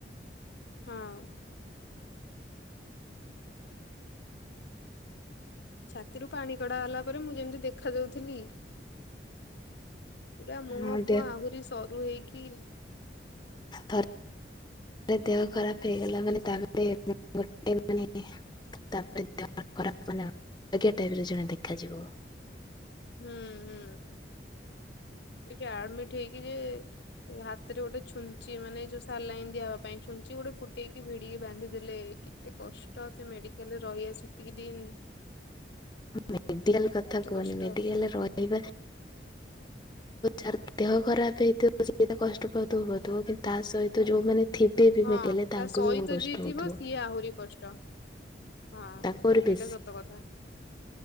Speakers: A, on the left; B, on the left.
A: ହଁ ଛାତିରୁ ପାଣି କଡା ହେଲା ପରେ ମୁଁ ଯେମିତି ଦେଖା ଯାଉଥିଲି ପୁରା ମୁହଁ
B: ହଁ
A: ଫୁହ ଆହୁରି ସରୁ ହେଇକି
B: ଥର। ମୋର ଦେହ ଖରାପ ହେଇଗଲା ମାନେ ତାପରେ ଗୋଟ ଗୋଟେ ମାନେ ତାପରେ ଖରାପ ମାନେ ଆଜ୍ଞା ଟେରେ ରିଜମ୍ ଦେଖାଯିବ।
A: ହୁଁ ହୁଁ ସେ ଆ ଆଡମିଟ ହେଇକି ଯେ ସେ ହାତ ରେ ଗୋଟେ ଛୁଞ୍ଚି ମାନେ ଯୋଉ ସାଲାଇନ୍ ଦିଆହବ ପାଇଁ ଛୁଞ୍ଚି ଗୋଟେ ଫୁଟେଇକି ଭିଡିକି ବାନ୍ଧି ଦେଲେ। ଏତେ କଷ୍ଟ ସେ ମେଡିକାଲରେ ରହିଆସକି ଦିନ୍‌
B: ମେଡିକାଲ କଥା କୁହନି
A: କଷ୍ଟ
B: ମେଡିକାଲରେ ରହିବା ତାର ଦେହ ଖରାପ ହେଇଥିବ ସେତ କଷ୍ଟ ପାଉଥିବ ପାଉଥିବ କିନ୍ତୁ ତା ସହିତ ଯୋଉମାନେ ଥିବେ ବି
A: ହଁ
B: ମିେଡ କାଲେ
A: ତା
B: ତାଙ୍କୁ
A: ସହିତ
B: ବି ବହୁ କଷ୍ଟ
A: ଯିଏ
B: ହଉଥିବ।
A: ଥିବ ସିଏ ଆହୁରି କଷ୍ଟ ହଁ
B: ତାଙ୍କୁ ଆହୁରି
A: ସେଇଟା
B: ବେଶୀ
A: ସତ କଥା।